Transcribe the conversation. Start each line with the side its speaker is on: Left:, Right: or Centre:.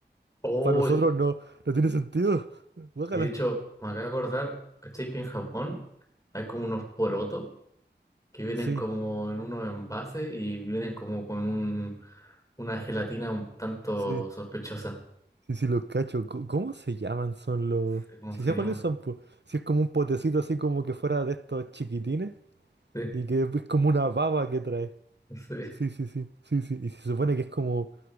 Left: Oh,
Right: Para nosotros
Left: y
Right: no, no tiene sentido. Guácala.
Left: de hecho, me acabo de acordar, ¿cachai que en Japón hay como unos porotos? que vienen
Right: Sí,
Left: como en unos envases y vienen como con un, una gelatina un tanto
Right: sí,
Left: sospechosa.
Right: sí, sí, los cacho. Co- ¿Cómo se llaman? Son los...
Left: No sé ¿Cómo
Right: Si
Left: se
Right: sé
Left: llama?
Right: cuáles son, pues. Si es como un potecito así como que fuera de estos chiquitines
Left: Sí,
Right: y que es como una baba que trae.
Left: <laughs> sí,
Right: Sí, sí, sí, sí, sí. Y se supone que es como...